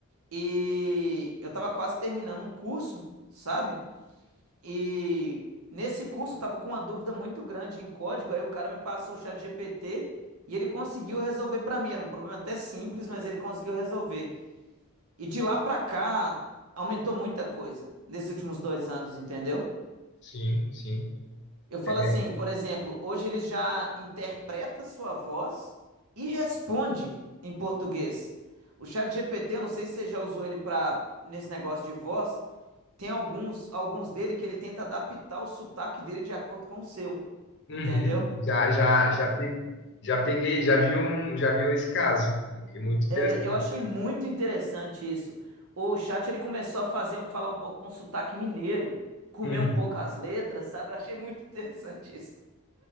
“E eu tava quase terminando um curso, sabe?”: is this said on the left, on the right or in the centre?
Right